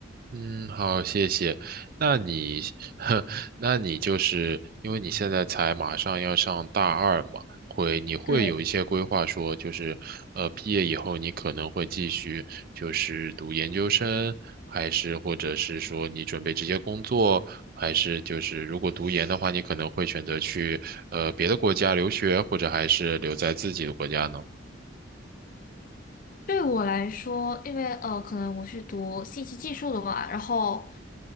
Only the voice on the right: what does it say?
嗯，好，谢谢。那你，<laughs> 呵，那你就是因为你现在才马上要上大二嘛，会你会有一些规划说，
就是呃，毕业以后你可能会继续就是读研究生，还是或者是说你准备直接工作，还是就是如果读研的话，你可能会选择去呃别的国家留学，或者还是留在自己的国家呢？